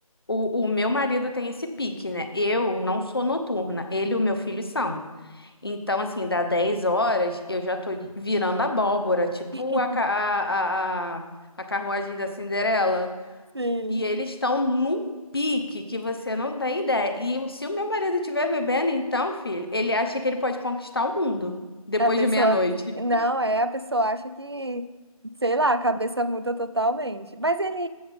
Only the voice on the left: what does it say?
O, o meu marido tem esse pique, né? Eu não sou noturna, ele e o meu filho são. Então, assim, dá 10 horas, eu já tô virando abóbora, tipo
a, ca- a, a, a a carruagem da Cinderela.
E eles estão num pique que você não tem ideia. E se o meu marido estiver bebendo, então, filho, ele acha que ele pode conquistar o mundo depois
de meia-noite.